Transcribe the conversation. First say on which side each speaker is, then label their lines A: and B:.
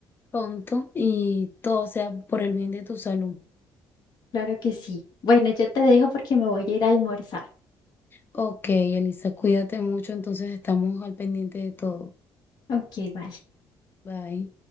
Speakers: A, on the left; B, on the left.
A: pronto y todo sea por el bien de tu salud.
B: Claro que sí. Bueno, yo te dejo porque me voy a ir a almorzar.
A: Ok, Elisa, cuídate mucho, entonces estamos al pendiente de todo.
B: Ok, vale.
A: Bye.